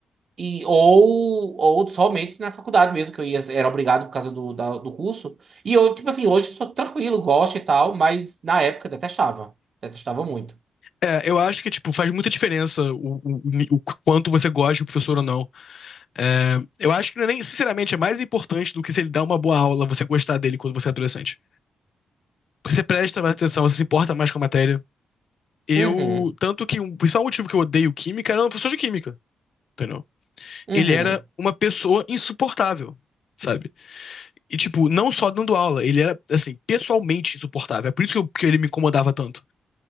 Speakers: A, on the right; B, on the left.
A: E, ou, ou somente na faculdade mesmo, que eu ia, era obrigado por causa do, da- do curso. E eu, tipo assim, hoje sou tranquilo, gosto e tal, mas na época detestava. Detestava muito.
B: É, eu acho que, tipo, faz muita diferença o, o- o quanto você gosta do professor ou não. É, eu acho que não é nem, sinceramente, é mais importante do que se ele dá uma boa aula, você gostar dele quando você é adolescente. Porque você presta mais atenção, você se importa mais com a matéria. Eu,
A: Uhum,
B: tanto que um, o principal motivo que eu odeio química era o professor de química, entendeu?
A: uhum.
B: Ele era uma pessoa insuportável, sabe? E, tipo, não só dando aula, ele era, assim, pessoalmente insuportável. É por isso que, eu- que ele me incomodava tanto.